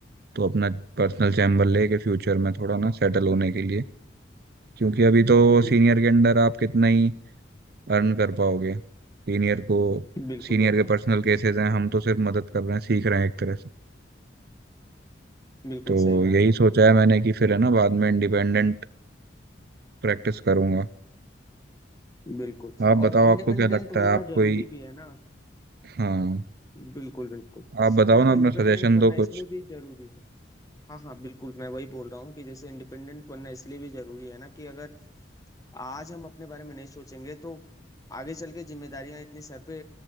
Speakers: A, on the right; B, on the left.
A: तो अपना पर्सनल चैम्बर लेके फ्यूचर में थोड़ा ना सेटल होने के लिए क्योंकि अभी तो
B: बिल्कुल
A: सीनियर के अंडर आप कितना ही अर्न कर पाओगे सीनियर को
B: बिल्कुल
A: सीनियर
B: वो
A: के
B: तो
A: पर्सनल
B: है
A: केसेस हैं हम तो सिर्फ मदद कर रहे हैं सीख रहे हैं एक तरह से
B: बिल्कुल
A: तो
B: सही बात
A: यही
B: है
A: सोचा है मैंने कि फिर है ना बाद में इंडिपेंडेंट प्रैक्टिस करूंगा
B: बिल्कुल
A: आप बताओ
B: और इंडिपेंडेंट
A: आपको क्या लगता
B: बनना
A: है आप
B: जरूरी
A: कोई
B: भी है ना
A: हाँ
B: बिल्कुल बिल्कुल
A: आप बताओ
B: मतलब
A: ना
B: इंडिपेंडेंट
A: अपना सजेशन
B: बनना
A: दो कुछ
B: इसलिए भी जरूरी है हाँ हाँ बिल्कुल मैं वही बोल रहा हूँ कि जैसे इंडिपेंडेंट बनना इसलिए भी जरूरी है ना कि अगर आज हम अपने बारे में नहीं सोचेंगे तो आगे चल के जिम्मेदारियां इतनी सर पे